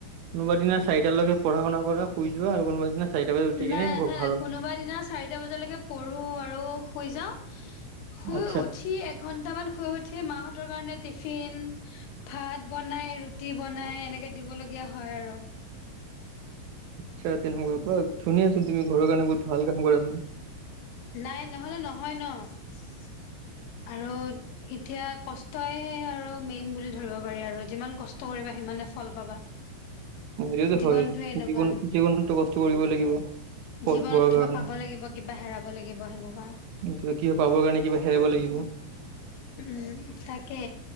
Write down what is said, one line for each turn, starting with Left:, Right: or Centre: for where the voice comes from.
Right: কোনোবাদ দিনা চাৰিটাৰ লকে পঢ়া শুনা কৰা শুই যোৱা আৰু কোনোবা দিনা চাৰিটা বজাত উঠি
Left: নাই
Right: কিনে ঘ-
Left: নাই
Right: ঘৰৰ
Left: নাই কোনোবা দিনা চাৰিটা বজালৈকে পঢ়ো আৰু শুই যাওঁ শুই
Right: আচ্ছা
Left: উঠি এঘন্টামান শুই উঠি মাহঁতৰ কাৰণে টিফিন ভাত বনাই ৰুটি বনাই এনেকে দিবলগীয়া হয় আৰু।
Right: চ না <unintelligible> ধুনীয়াছোন তুমি ঘৰৰ কাৰণে বহুত ভাল কাম কৰাচোন
Left: নাই নহলে নহয় <inaudible> আৰু এতিয়া কষ্টই আৰু মেইন বুলি ধৰিব পাৰি আৰু যিমান কষ্ট কৰিবা সিমানে ফল পাবা।
Right: সেইটোতো
Left: জীৱনটোৱে
Right: হয়,
Left: এনেকুৱা
Right: জীৱন জীৱনততো কষ্ট কৰিবই লাগিব। ফল
Left: জীৱনত
Right: পোৱাৰ
Left: কিবা
Right: কাৰণে
Left: পাব লাগিব কিবা হেৰাব লাগিব সেনেকুৱা।
Right: কিন্ত কি হয় পাবৰ কাৰণে কিবা হেৰাব লাগিব।
Left: উম তাকে